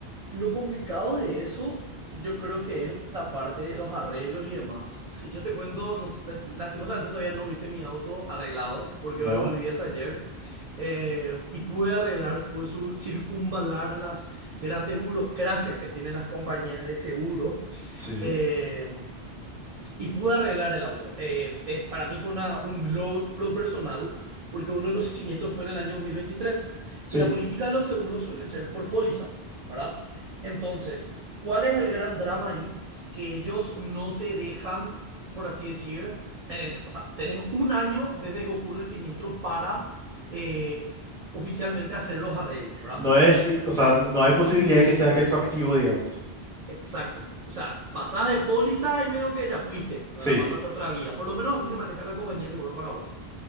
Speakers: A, on the right (about 60°); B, in the centre.
A: Lo complicado de eso, yo creo que es la parte de los arreglos y demás. Si yo te cuento, no sé, lastimosamente todavía no viste mi auto arreglado, porque
B: ¿No?
A: hoy volví del taller eh, y pude arreglar, pude su- circunvalar las grandes burocracias que tienen las compañías de seguro.
B: Sí.
A: eh, Y pude arreglar el auto. Eh, eh, para mí fue una- un logro personal porque uno de los siniestros fue en el año 2023
B: Sí.
A: y la política de los seguros suele ser por póliza, ¿verdad? Entonces, ¿cuál es el gran drama ahí? Que ellos no te dejan, por así decir, en el, o sea, tenés un año desde que ocurre el siniestro para eh, oficialmente hacer los arreglos, ¿verdad?
B: No es, o sea, no no hay posibilidad de que sea retroactivo, digamos.
A: Exacto. O sea, pasás de póliza y medio que ya fuiste, ahora
B: Sí.
A: pasaste a otra vía. Por lo menos así se maneja la compañía de seguro en Paraguay.